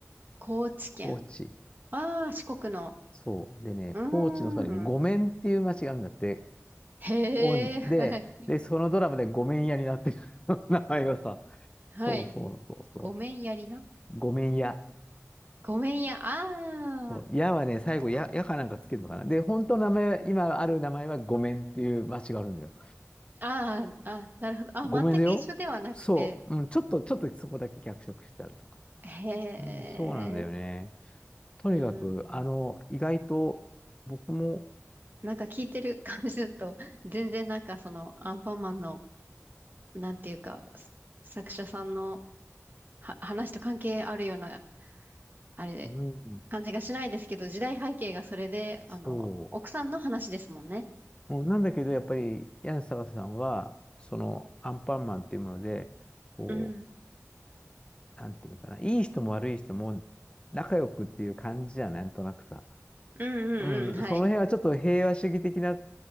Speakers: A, on the right (about 40°); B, on the left (about 20°).
A: 高知県。
B: 高知。
A: ああ、四国の。
B: そう。でね、
A: うーん。
B: 高知のそばに五面っていう町があるんだって、
A: へえ、
B: オンで、
A: <laughs> はい。
B: で、そのドラマでごめんやになってる <laughs> 名前がさ。
A: はい。
B: そうそうそうそ
A: ごめんやりな。
B: う。ごめんや。
A: ごめんや。ああ、
B: そう、やはね、最後や、やかなんかつけるのかな。で、本当の名前、今ある名前はごめんっていう町があるんだよ。
A: ああ、あ、なるほど。あ、
B: ごめんだよ。
A: 全く一緒ではなくて。
B: そう。うん、ちょっと、ちょっとそこだけ脚色してあるとか。
A: へえ、
B: うん、そうなんだよね。とにかく、
A: うん。
B: あの、意外と僕も、
A: なんか聞いてる感じだと、全然なんかそのアンパンマンのなんていうか、す作者さんのは話と関係あるような、あれで、
B: うん、
A: 感じがしないですけど、時代背景がそれで、あの、
B: そ
A: 奥さんの話ですもんね。
B: う。もうなんだけど、やっぱり、柳沢さんは、その、アンパンマンっていうもので、こう、
A: うん。
B: なんていうのかな、いい人も悪い人も仲良くっていう感じじゃん、なんとなくさ。
A: うんうんうん、
B: うん、
A: はい。
B: その辺はちょっと平和主義的な、